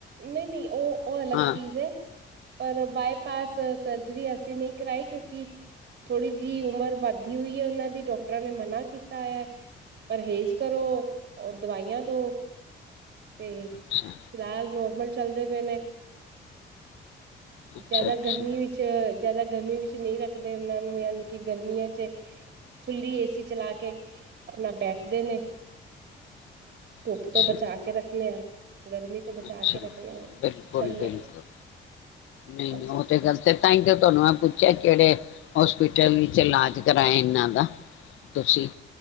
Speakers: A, on the right (about 55°); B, on the left (about 80°).
A: ਨਹੀਂ ਨਹੀਂ ਉਹ <unintelligible> ਉਹ ਅਲੱਗ
B: ਹਾਂ।
A: ਚੀਜ਼ ਹੈ। ਪਰ ਬਾਏਪਸ ਸਰਜਰੀ ਅਸੀਂ ਨਹੀਂ ਕਰਾਈ ਕਿਉਂਕਿ? ਥੋੜ੍ਹੀ ਜਿਹੀ ਉਮਰ ਵੱਧਦੀ ਹੋਈ ਹੈ, ਉਹਨਾਂ ਦੀ ਡਾਕਟਰਾਂ ਨੇ ਮਨਾ ਕੀਤਾ ਹੈ। ਪਰਹੇਜ ਕਰੋ, ਉਹ ਦਵਾਈਆਂ ਦੁੋ ਤੇ
B: ਅੱਛਾ,
A: ਫਿਲਹਾਲ ਨੋਰਮਲ ਚਲਦੇ ਪਏ ਨੇ,
B: ਅੱਛਾ,
A: ਜਿਆਦਾ
B: ਅੱਛਾ।
A: ਗਰਮੀ ਵਿੱਚ, ਜ਼ਿਆਦਾ ਗਰਮੀ ਵਿੱਚ ਨਹੀਂ ਰੱਖਦੇ ਉਹਨਾਂ ਨੂੰ, ਯਾਨੀ ਕਿ ਗਰਮੀਆਂ ਚ ਫੁੱਲੀ ਏਸੀ ਚਲਾ ਕੇ ਆਪਣਾ ਬੈਠਦੇ ਨੇ। ਧੁੱਪ
B: ਅੱਛਾ।
A: ਤੋਂ ਬਚਾ ਕੇ ਰੱਖਣੇੇ ਆ। ਗਰਮੀ ਤੋਂ ਬਚਾ
B: ਅੱਛਾ
A: ਕੇ ਰੱਖਣੇ ਆ
B: ਬਿਲਕੁਲ-ਬਿਲਕੁਲ,
A: ਸਹੀ ਹੈ
B: ਨਈਂ
A: ਹਾਂਜੀ
B: ਨਈਂ ਉਹ ਤੇ ਗਲ ਤੇ ਈ ਤਾਂ ਤੁਹਾਨੂੰ ਮੈਂ ਪੁੱਛਿਆ ਕਿਹੜੇ ਹੋਸਪਿਟਲ ਵਿੱਚ ਇਲਾਜ ਕਰਾਏ ਇਹਨਾਂ ਦਾ ਤੁਸੀਂ